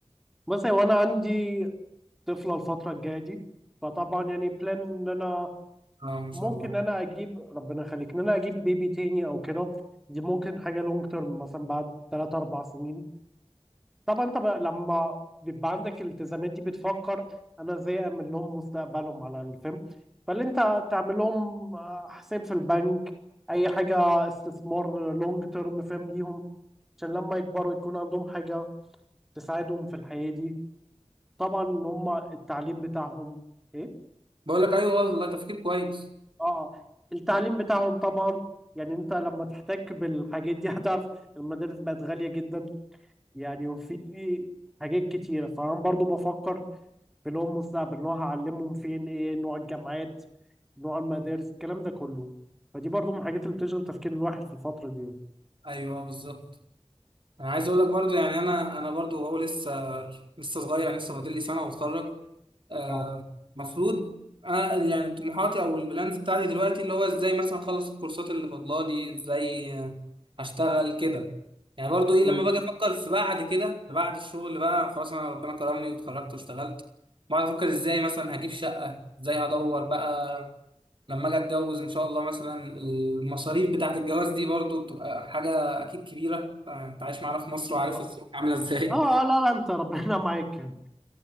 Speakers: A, in the centre; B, on the right (about 50°).
A: مثلا وانا عندي طفله الفتره الجايه دي فطبعا يعني بلان ان انا
B: اه ما شاء
A: ممكن
B: الله
A: ان انا اجيب ربنا يخليك ان انا اجيب بيبي تاني او كده دي ممكن حاجه لونج تيرم مثلا بعد 3 4 سنين طبعا انت بقى لما بيبقى عندك الالتزامات دي بتفكر انا ازاي اعمل لهم مستقبلهم على الفيلم فاللي انت تعمل لهم آه، حساب في البنك اي حاجه استثمار لونج تيرم فاهم ليهم عشان لما يكبروا يكون عندهم حاجه تساعدهم في الحياه دي طبعا ان هم التعليم بتاعهم إيه؟
B: بقول لك ايوه والله تفكير كويس
A: اه التعليم بتاعهم طبعا يعني انت لما تحتك بالحاجات دي <laughs> هتعرف المدارس بقت غالية جدا يعني وفي حاجات كتيرة فانا برضو بفكر في لهم مستقبل ان هو هعلمهم فين ايه نوع الجامعات نوع المدارس الكلام ده كله فدي برضو من الحاجات اللي بتشغل تفكير الواحد في الفترة دي يعني.
B: ايوه آه، بالظبط انا عايز اقول لك برضو يعني انا انا برضو هو لسه لسه صغير يعني لسه فاضل لي سنه واتخرج آه،
A: اه
B: المفروض انا يعني طموحاتي او البلانز بتاعتي دلوقتي اللي هو ازاي مثلا اخلص الكورسات اللي فاضلالي ازاي آه، اشتغل كده يعني برضو ايه
A: مم.
B: لما باجي افكر في بعد كده بعد الشغل بقى خلاص انا ربنا كرمني واتخرجت واشتغلت بقعد افكر ازاي مثلا هجيب شقه ازاي هدور بقى لما اجي اتجوز ان شاء الله مثلا المصاريف بتاعت الجواز دي برضو بتبقى حاجه اكيد كبيره آه، انت عايش معانا في مصر
A: بالظبط.
B: وعارف الظروف عامله ازاي
A: اه
B: <laughs>
A: لا لا انت ربنا معاك يعني